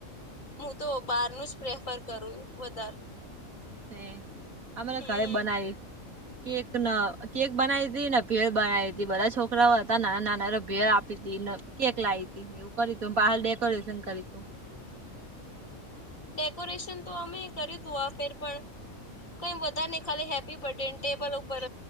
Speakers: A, on the left; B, on the right.
A: હું તો બહાર ન જ પ્રેફર કરું વધારે.
B: ને અમારા
A: હમ
B: ઘરે બનાવી. કેક ન કેક બનાવી હતી ને ભેળ બનાવી હતી બધા છોકરાઓ હતા નાના નાના ભેળ આપી હતી. કેક લાવી તી એવું કરી તું બહાર ડેકોરેશન કરી તું
A: ડેકોરેશન તો અમે કર્યું તું આ ફેર પણ કઈ વધારે ને ખાલી હેપી બર્થ ડે ટેબલ ઉપર